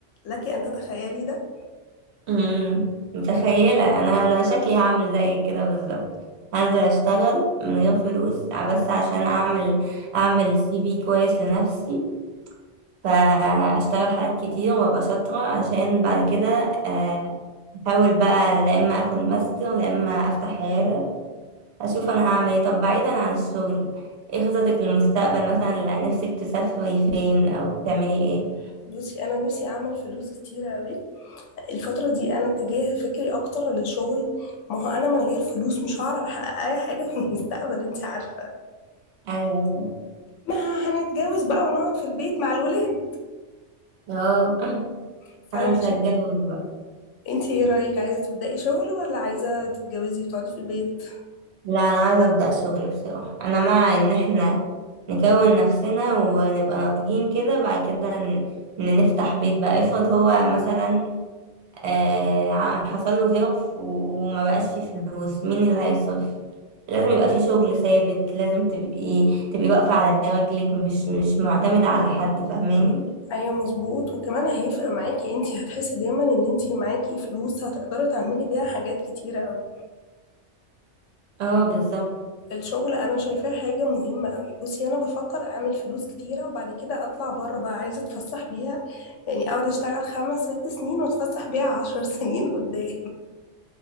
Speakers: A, on the left; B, on the right.
A: لك ان تتخيلي ده
B: امم متخيلة انا انا شكلي هعمل زيك كده بالظبط هنزل اشتغل من غير فلوس بس عشان اعمل اعمل سي في كويس لنفسي فاشتغل حاجات كتير وابقى شاطرة عشان بعد كده آه، احاول بقى لا اما اخد ماستر لا اما افتح عيادة اشوف انا هعمل ايه طب بعيدا عن الشغل ايه خططك للمستقبل مثلا لا، نفسك تسافري فين او تعملي ايه
A: بصي انا نفسي اعمل فلوس كتيرة قوي الفترة دي انا اتجاه فكري اكتر للشغل ما هو انا من غير فلوس مش هعرف احقق اي حاجة في المستقبل انت عارفة
B: ايوه صح.
A: ما هنتجوز بقى ونقعد في البيت مع الولاد
B: اه <laughs>
A: فانا
B: انا
A: عشان
B: مش هتجوز
A: انت ايه رأيك عايزة تبدأي شغل ولا عايزة تتجوزي وتقعدي في البيت
B: لا انا عايزه ابدا شغل بصراحه انا مع ان احنا نكون نفسنا ونبقى ناضجين كده بعد كده ن- ان نفتح بيت بقى افرض هو مثلا آه ع- حصل له ظرف و- وما بقاش فيه فلوس مين اللي هيصرف لازم يبقى فيه شغل ثابت لازم تبقي تبقي واقفه على رجلك مش مش معتمده على حد فاهماني
A: ايوه مظبوط وكمان هيفرق معاكي انتي هتحسي دايما ان انتي معاكي فلوس هتقدري تعملي بيها حاجات كتيرة اوي
B: اه بالظبط
A: الشغل انا شايفاه حاجة مهمة اوي بصي انا بفكر اعمل فلوس كتيرة وبعد كده اطلع بره بقى عايزة اتفسح بيها يعني اقعد اشتغل خمس ست سنين واتفسح بيها عشر سنين قدام